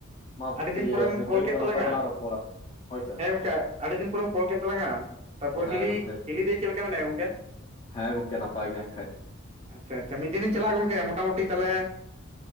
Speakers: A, on the left; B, on the right.
A: ᱢᱟ
B: ᱟᱹᱰᱤ ᱫᱤᱱ
A: ᱤᱭᱟᱹ
B: ᱯᱚᱨᱮᱢ
A: ᱱᱤᱛ
B: ᱠᱚᱞ
A: ᱜᱷᱟᱹᱲᱤᱡ
B: ᱠᱮᱫ
A: ᱫᱚ ᱱᱚᱝᱠᱟ
B: ᱛᱟᱞᱟᱝᱟ
A: ᱜᱮᱞᱟᱝ ᱨᱚᱯᱚᱲᱟ ᱦᱳᱭ ᱥᱮ
B: ᱦᱮᱸ ᱚᱱᱠᱟ ᱟᱹᱰᱤ ᱫᱤᱱ ᱯᱚᱨᱮᱢ ᱠᱚᱞ ᱠᱮᱫ ᱛᱟᱞᱟᱝᱼᱟ ᱛᱟᱯᱚᱨ
A: ᱦᱮᱸ
B: ᱦᱤᱞᱤ
A: ᱜᱚᱝᱠᱮ
B: ᱪᱤᱞᱤᱟᱹᱭ ᱪᱮ ᱢᱮ ᱞ ᱜᱚᱢᱠᱮ
A: ᱦᱮᱸ ᱜᱚᱢᱠᱮ ᱱᱟᱯᱟᱭ ᱜᱮ ᱦᱮᱠᱷᱟᱡ
B: ᱟᱪᱪᱷᱟ ᱟᱪᱪᱷᱟ ᱢᱤᱫ ᱫᱤᱱᱤᱧ ᱪᱟᱞᱟᱜᱼᱟ ᱜᱚᱝᱠᱮ ᱢᱚᱴᱟᱢᱩᱴᱤ ᱛᱟᱦᱚᱞᱮ